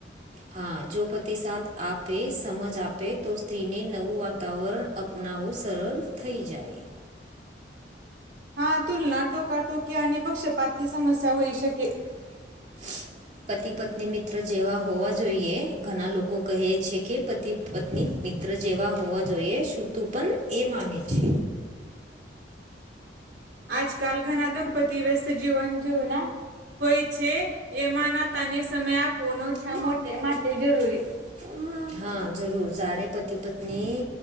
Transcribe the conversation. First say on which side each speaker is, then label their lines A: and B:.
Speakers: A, on the right; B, on the right.
A: હા જો પતિ સાથ આપે, સમજ આપે તો સ્ત્રીને નવું વા તાવરણ અપનાવવું સરળ થય જાય.
B: હા તુલના ટોકાટોકી અને પક્ષપાતથી સમસ્યા હોઈ શકે
A: <inaudible> પતિ પત્ની મિત્ર જેવા હોવા જોઈએ ઘણા લોકો કહે છે કે પતિ પત્ની મિત્ર જેવા હોવા જોઈએ શું તું પણ એ માને છે.
B: આજકાલ ઘના દંપતિ વ્યસ્ત જીવન જીવના હોય છે એમાંના તને સમય <unintelligible>
A: <unintelligible>
B: માટે જરૂરી
A: હા જરૂર જારે પતિ પત્ની